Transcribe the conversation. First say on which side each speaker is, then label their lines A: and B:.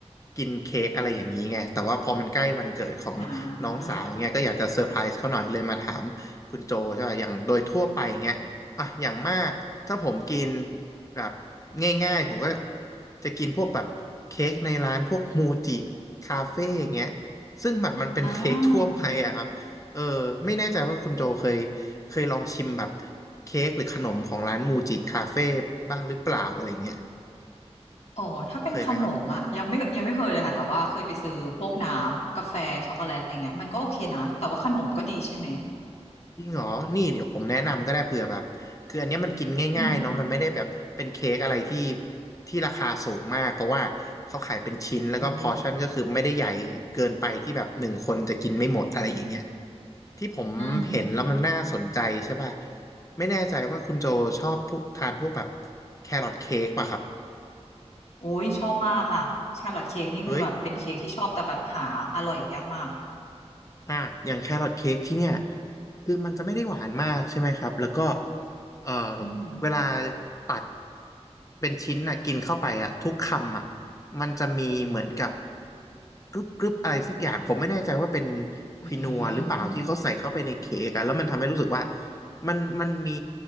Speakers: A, on the left (about 30°); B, on the left (about 70°).
A: กินเค้กอะไรอย่างนี้ไงแต่ว่าพอมันใกล้วันเกิดของน้องสาวเงี้ยก็อยากจะเซอร์ไพรส์เขาหน่อยเลยมาถามคุณโจใช่ป่ะอย่างโดยทั่วไปเงี้ยอ่ะอย่างมากถ้าผมกิน
B: อ่า
A: แบบง่ายๆผมก็จะกินพวกแบบเค้กในร้านพวกมูจิคาเฟ่ยงเงี้ยซึ่งแบบมันเป็นเค้กทั่วไปอะครับเออไม่แน่ใจว่าคุณโจเคย
B: อ่า
A: เคยลองชิมแบบ เค้กหรือขนมของร้านมูจิคาเฟ่บ้างหรือเปล่าอะไรเงี้ย
B: อ๋อถ้าเป็นขนมอ่ะยังไม่ยังไม่เคยเลยค่ะแต่ว่าเคยไปซื้อพวกน้ำกาแฟช็อกโกแลตอะไรเงี้ยมันก็โอเคนะแต่ว่าขนมก็ดีใช่ไหม
A: เคยไหมครับจริงเหรอนี่เดี๋ยวผมแนะนำก็ได้เผื่อแบบคืออันเนี้ยมันกินง่ายๆเนาะมันไม่ได้แบบเป็นเค้กอะไรที่
B: อืม
A: ที่ราคาสูงมากเพราะว่าเขาขายเป็นชิ้นแล้วก็พอร์ชั่นก็คือไม่ได้ใหญ่เกินไปที่แบบหนึ่งคนจะกินไม่หมดอะไรอย่างเงี้ย
B: อืม
A: ที่ผมเห็นแล้วมันน่าสนใจใช่ป่ะ
B: อืม
A: ไม่แน่ใจว่าคุณโจชอบพวกทานพวกแบบแครอทเค้กป่ะครับ
B: โอ้ยชอบมากค่ะชาร์ลอตเค้กนี่คือแบบเป็นเค้กที่ชอบแต่แบบหาอร่อยยากมาก
A: เฮ้ย อ่ะอย่างแครอทเค้กที่เนี่ยคือมันจะไม่ได้หวานมากใช่ไหมครับแล้วก็ เอ่อ
B: อืม
A: เวลาตัดเป็นชิ้นน่ะกินเข้าไปอ่ะทุกคำอ่ะมันจะมีเหมือนกับกรึบกรึบอะไรสักอย่างผมไม่แน่ใจว่าเป็นควินัวหรือเปล่าที่เขาใส่เข้าไปในเค้กอะแล้วมันทำให้รู้สึกว่า
B: อืม
A: มันมันมี